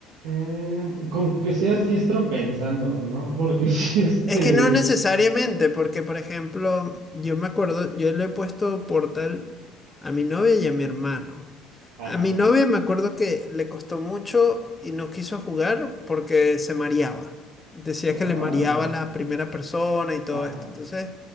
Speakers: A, on the right (about 75°); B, on the left (about 20°).
A: Mm, con que seas diestro pensando, ¿no? Porque <laughs> si este...
B: Es que no necesariamente, porque por ejemplo, yo me acuerdo, yo le he puesto Portal a mi novia y a mi hermano.
A: Ajá.
B: A mi novia me acuerdo que le costó mucho y no quiso jugar porque se mareaba. Decía
A: oh,
B: que le
A: ah,
B: mareaba la primera persona y todo
A: ajá,
B: esto. Entonces,